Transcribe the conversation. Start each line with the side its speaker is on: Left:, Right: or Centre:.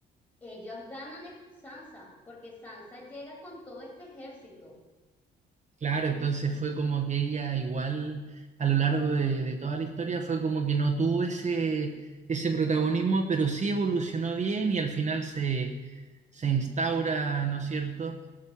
Left: ellos ganan de Sansa, porque Sansa llega con todo este ejército.
Right: Claro, entonces fue como que ella igual a lo largo de, de toda la historia fue como que no tuvo ese, ese protagonismo, pero sí evolucionó bien y al final se, se instaura, ¿no es cierto?